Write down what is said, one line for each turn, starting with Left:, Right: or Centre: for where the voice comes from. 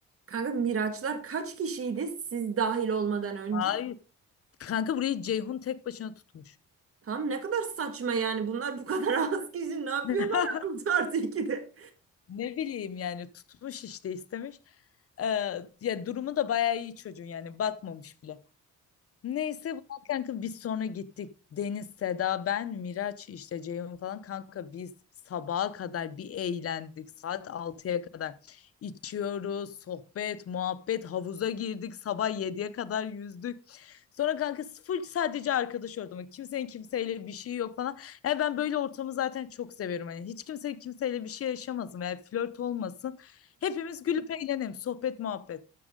Right: kanka Miraçlar kaç kişiydi siz dahil olmadan önce?
Left: Hayır. Kanka burayı Ceyhun tek başına tutmuş.
Right: Tamam ne kadar saçma yani bunlar bu kadar <laughs> az kişi ne yapıyorlar
Left: <laughs>
Right: <laughs> 6 artı 2'de?
Left: Ne bileyim yani tutmuş işte istemiş. Ee, ya durumu da bayağı iyi çocuğun yani bakmamış bile. Neyse bunlar kanka biz sonra gittik. Deniz, Seda, ben, Miraç işte Ceyhun falan kanka biz sabaha kadar bir eğlendik. Saat altıya kadar içiyoruz, sohbet, muhabbet, havuza girdik. Sabah 7'ye kadar yüzdük. Sonra kanka full sadece arkadaş ortamı. Kimsenin kimseyle bir şey yok falan. Ya ben böyle ortamı zaten çok seviyorum. Hani hiç kimse kimseyle bir şey yaşamasın veya flört olmasın. Hepimiz gülüp eğlenelim. Sohbet, muhabbet.